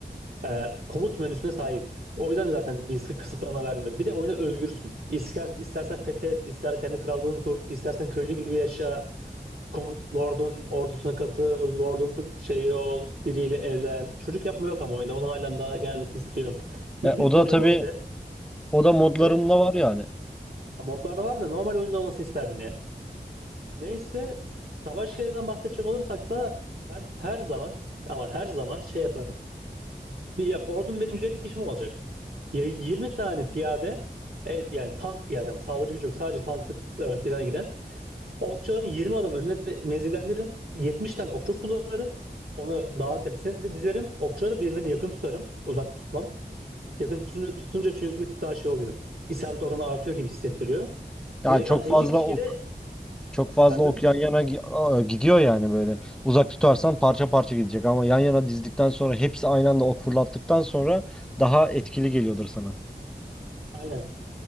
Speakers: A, on the right (about 60°); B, in the centre.
A: e, komut menüsüne sahip. O yüzden zaten bir sı- kısıtlama vermiyor. Bir de oyuna özgürsün. İster, istersen fethet, ister kendi krallığını kur, istersen köylü gibi yaşa, komut lordun ordusuna katıl, lordun t- şeyi ol, biriyle evlen. Çocuk yapma yok ama oyunda. Onu halen daha gelmesini istiyorum. <laughs> Neyse
B: E, o da
A: onu
B: tabii
A: boş ver.
B: o da modlarında
A: Evet.
B: var yani.
A: Ya modlarda var da normal oyunda olması isterdim ya. Neyse savaş şehrinden bahsedecek olursak da ben her zaman ama her zaman şey yaparım. Bir ya, ordum benim 150 kişi mi olacak? Ya 20 tane piyade e, yani tank piyade ama saldırı gücü yok sadece tanklık e, plana giden. Okçuların 20 adam önüne de menzillendiririm. 70 tane okçu kullanırım. Onu dağın tepesine dizi- dizerim. Okçuları birbirine yakın tutarım. Uzak tutmam. Yakın tutunca, tutunca çünkü bir tık daha şey oluyor. İsabet oranı artıyor gibi hissettiriyor.
B: Yani
A: Geri
B: çok
A: kalan 50
B: fazla
A: kişiyi
B: ok
A: de
B: çok fazla
A: Efendim?
B: ok yan yana gi- a- gidiyor yani böyle. Uzak tutarsan parça parça gidecek ama yan yana dizdikten sonra hepsi aynı anda ok fırlattıktan sonra daha etkili geliyordur sana.
A: Aynen.